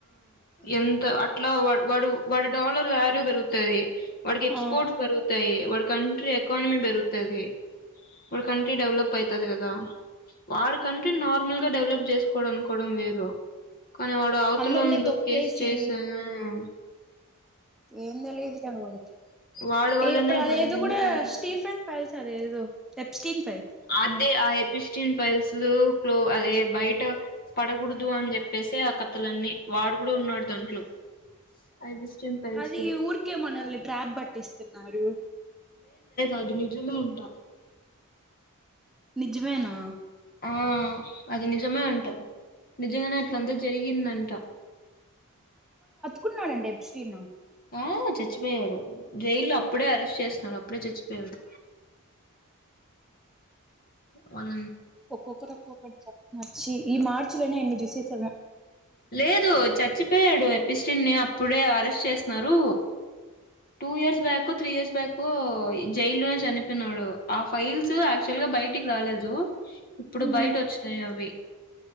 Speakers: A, on the left; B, in the centre.
A: ఎంత్ అట్ల వాడు వాడు డాలర్ వాల్యూ పెరుగుతది వాడికి ఎక్స్పోర్ట్స్
B: ఆ
A: పెరుగుతాయీ వాడి కంట్రీ ఎకానమీ పెరుగుతుం తదీ వాడ్ కంట్రీ డెవలప్ ఐత్ తది కదా వాడ్ కంట్రి నార్మల్ గా డెవలప్ చేసుకోడం అనుకోవడం వేరు కనీ వాడు అవతలోండు
B: అందరినీ తొక్కేసి
A: ఎస్ చేసా అ
B: ఏం తెలీదులే వాడికి
A: వాడి వల్లనే
B: ఇప్పుడు అదేదొ
A: అన్ని
B: కూడా
A: కాంట్రవర్సీ
B: స్టీఫన్ పైల్స్ సరే ఏ ఎప్టీన్
A: అదే ఆ ఫిస్న్ ఫైల్స్ క్లో అదే బయట పడకూడదు అని చెప్పేసి ఆ కథలన్నీ వాడు కూడా ఉన్నాడు దాంట్లో ఐబిస్టన్ ఫైల్స్
B: అది
A: లో
B: ఊరికే మనల్ని డ్రాప్ పట్టిస్తున్నారు
A: ఆది నిజ్జమే అంట
B: నిజ్వేనా
A: ఆ అది నిజమే అంట నిజంగానే అట్ల అంతా జరిగిందంట
B: కున్నానండి <unintelligible>
A: ఆ చచ్చిపోయాడు జైల్లో అప్పుడే అరెస్ట్ చేస్తున్నాడు అప్పుడే చచ్చిపోయాడు వాళ
B: ఒక్కొక్కరు ఒక్కొక్కటి చెప్ నచ్చి ఈ మార్చి లోనే అన్ని చూసేసావా
A: లేదు చచ్చిపోయాడు ఎపిస్ని అప్పుడే బ్రెష్ చేస్తున్నారు two years back three years back జైలునే చనిపోినాడు ఆ ఫైల్స్ యాక్చువల్ గా బయటికి రాలేదు ఇప్పుడు
B: మ్మ్
A: బయట వచ్చినాయి అవి